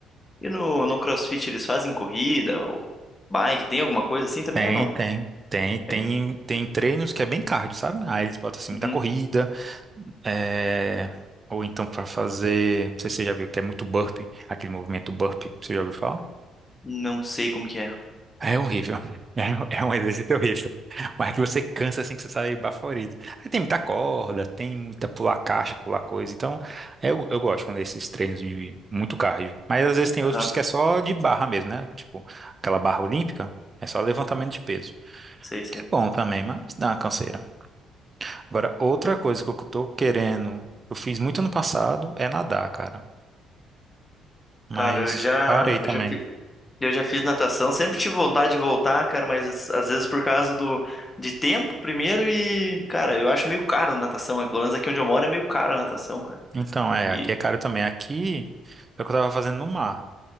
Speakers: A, on the left; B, on the right.
A: E no, no CrossFit eles fazem corrida ou bike? Tem alguma coisa assim também
B: Tem,
A: ou não?
B: tem. Tem,
A: Tem.
B: tem, tem treinos que é bem cardio, sabe? Aí eles botam assim
A: Uhum.
B: muita corrida, é, ou então pra fazer, não sei se você já viu, que é muito burpee, aquele movimento burpee, você já ouviu falar?
A: Não sei como que é.
B: É horrível. É, é um exercício horrível. Mas é que você cansa assim que você sai baforido. Aí tem muita corda, tem muita pular caixa, pular coisa. Então, eu, eu gosto quando é esses treinos de muito cardio. Mas às vezes tem outros
A: Aham,
B: que é só de barra mesmo, né? Tipo, aquela barra olímpica, é só levantamento de peso.
A: sei, sei.
B: Que é bom também, mas dá uma canseira. Agora, outra coisa que eu tô querendo, eu fiz muito ano passado, é nadar, cara. Mas
A: Cara, eu já,
B: parei também.
A: eu já fiz. Eu já fiz natação, sempre tive vontade de voltar, cara, mas às às vezes por causa do de tempo primeiro e, cara, eu acho meio caro natação, pelo menos aqui onde eu moro é meio caro a natação, cara.
B: Então, é,
A: E
B: aqui é caro também. Aqui é o que eu tava fazendo no mar.